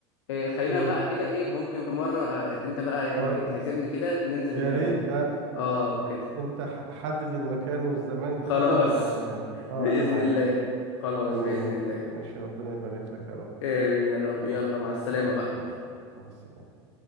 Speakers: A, on the left; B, on the right.
A: آه خلينا
B: مم.
A: بقى كده إيه ممكن في مرة آه أنت بقى يعني
B: اه
A: تعزمني كده ننزل
B: يا ريت
A: ال
B: لا
A: اه كده
B: انت ح- حدد المكان والزمان كده
A: خلاص
B: وانا معاك يعني اه
A: بإذن
B: انا معاك
A: الله خلاص
B: تمام
A: بإذن الله
B: آه، ماشي ربنا يبارك لك يا رب
A: آمين يا رب
B: آه،
A: يلا مع السلامة
B: الله
A: بقى
B: يخليك. مع السلامة